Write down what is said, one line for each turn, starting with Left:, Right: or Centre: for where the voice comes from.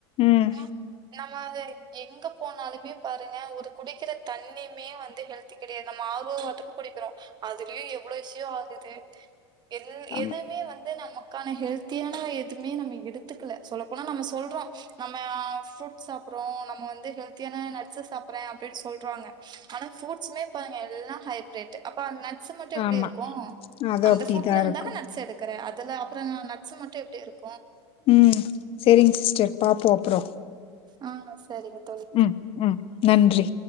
Left: ம்
Right: முன்னாடி எங்க போனாலுமே பாருங்க ஒரு குடிக்கிற தண்ணியுமே வந்து ஹெல்தி கிடையாது நம்ம ஆர்வோ வாட்டர்னு குடிக்கிறோம் அதுலயும் எவ்ளோ இஷியு ஆகுது அது எ
Left: ஆமா
Right: எதுவுமே வந்து நமக்கான ஹெல்த்தியான எதுவுமே நம்ம எடுத்துக்கல சொல்ல போனா நம்ம சொல் நம்ம ஃப்ரூட்ஸ் சாப்படுறோம் நம்ம வந்து ஹெல்த்தியான நட்ஸ்சு சாப்டுற அப்டின் சொல்றாங்க ஆனா ப்ரூட்ஸ்மே பாருங்க எல்லா ஹைப்ரேட் அப்ப அது நட்ஸ் மட்டும் எப்டி
Left: ஆமா
Right: இருக்கு
Left: அது
Right: அந்த
Left: அப்டிதான்
Right: ப்ரூட்ல இருந்தான
Left: இருக்கும்.
Right: நட்ஸ் எடுக்குற அதுல அப்றோ நட்ஸ் மட்டும் எப்டி இருக்கு
Left: உம் செரிங்க சிஸ்டர் பாப்போ அப்றோ
Right: ஆஹ் செரிங்க
Left: உம் உம் நன்றி